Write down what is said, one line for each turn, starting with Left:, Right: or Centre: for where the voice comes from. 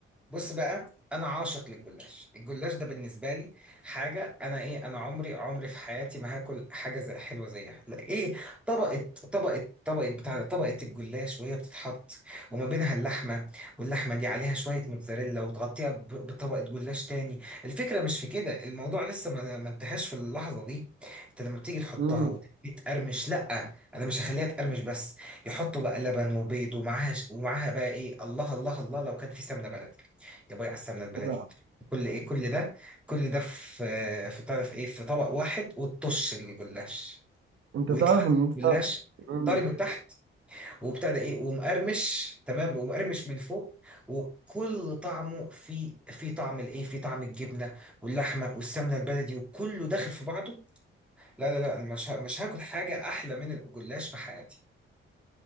Centre: بص بقى انا عاشق للجلاش الجلاش ده بالنسبه لي حاجه انا ايه انا عمري عمري في حياتي ما هاكل حاجه زي حلوه زيها لا ايه طبقه طبقه طبقه بتاع طبقه الجلاش وهي بتتحط وما بينها اللحمه واللحمه دي عليها شويه موتزاريلا وتغطيها ب- بطبقه جلاش تاني الفكره مش في كده الموضوع لسه ما ما انتهاش في اللحظه دي انت لما بتيجي تحطها
Right: امم
Centre: وتبتدي تقرمش لا انا مش هخليها تقرمش بس يحطوا بقى لبن وبيض ومعاها ومعاها بقى ايه الله الله الله لو كان في سمنه بلدي جابوا لي على السمنه البلدي
Right: لا
Centre: كل ايه كل ده كل ده في في بتعرف ايه في طبق واحد وتطش الجلاش
Right: انت
Centre: ويطلع
Right: تعرف
Centre: لك
Right: ان انت
Centre: الجلاش
Right: امم
Centre: طري من تحت وابتدى ايه ومقرمش تمام ومقرمش من فوق وكل طعمه في في طعم الايه في طعم الجبنه واللحمه والسمنه البلدي وكله داخل في بعضه لا لا لا أنا مش ه- مش هاكل حاجه احلى من الجلاش في حياتي